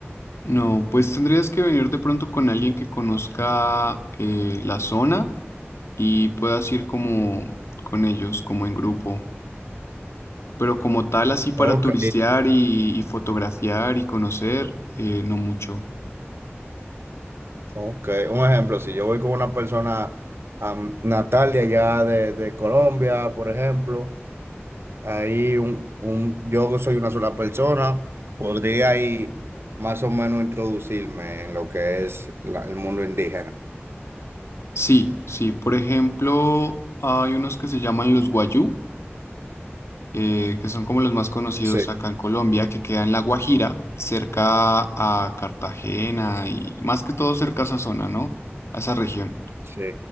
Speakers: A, on the left; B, on the right.
A: No, pues tendrías que venir de pronto con alguien que conozca eh, la zona y puedas ir como con ellos, como en grupo. Pero como tal, así para
B: Ok,
A: turistear y, y fotografiar y conocer, eh, no mucho.
B: ok. Un ejemplo, si yo voy con una persona am, natal de allá de, de Colombia, por ejemplo, ahí un, un, yo soy una sola persona, podría ahí más o menos introducirme en lo que es la- el mundo indígena.
A: Sí, sí, por ejemplo, hay unos que se llaman los Guayú. eh, que son como los más conocidos
B: Sí,
A: acá en Colombia, que queda en La Guajira, cerca a Cartagena y más que todo cerca a esa zona, ¿no? A esa región
B: sí,